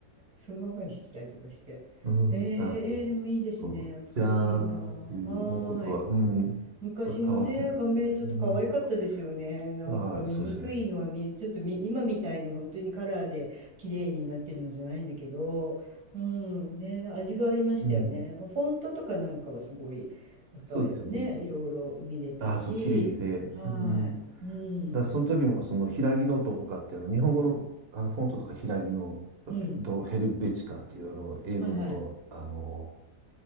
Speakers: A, on the right; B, on the right.
A: そのままにしてたりとかして。
B: うん、
A: えー、
B: あの、
A: えーでもいいですね。
B: そう、
A: 懐かしいな。
B: じゃーんっていう音は、
A: はーい。
B: うん、
A: 昔のね、
B: そう変わってなくて、
A: 画面ちょっと可愛かったですよね。
B: うん、
A: なんか見にくいのは見え、
B: ああ、そうですね。
A: ちょっとみ今みたいに本当にカラーで綺麗になってるのじゃないんだけど、うん、ね、味がありましたよね。
B: うん、
A: やっぱフォントとかなんかはすごい、やっぱりね、
B: そうですよね。
A: いろいろ見れたし、
B: ああ、そう、綺麗で、
A: はい、
B: うん、だか
A: うん、
B: らその時もその、平木のとかって、あの、日本語の、あの、フォントとか平木の、
A: うん、
B: ドヘルベチカっていう、あの、英文の、
A: はいはい、
B: あの、